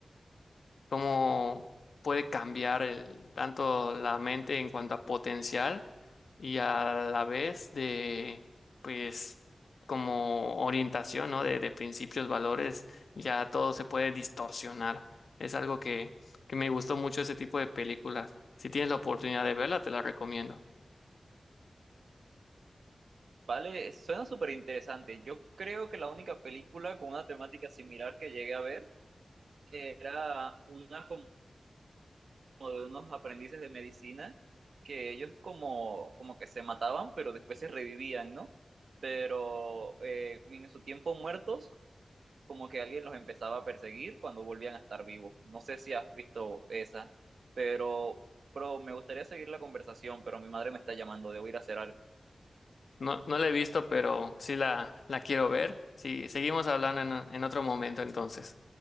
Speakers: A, on the left; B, on the right.
A: cómo puede cambiar el- tanto la mente en cuanto a potencial y a la vez de, pues, como orientación, ¿no? De, de principios, valores, ya todo se puede distorsionar. Es algo que, que me gustó mucho ese tipo de películas. Si tienes la oportunidad de verla, te la recomiendo.
B: Vale, suena súper interesante. Yo creo que la única película con una temática similar que llegué a ver era una como como de unos aprendices de medicina que ellos como, como que se mataban, pero después se revivían, ¿no? Pero eh, en su tiempo muertos, como que alguien los empezaba a perseguir cuando volvían a estar vivos. No sé si has visto esa, pero, bro, me gustaría seguir la conversación, pero mi madre me está llamando, debo ir a hacer algo.
A: No, no la he visto, pero sí la, la quiero ver. Sí, seguimos hablando en en otro momento entonces.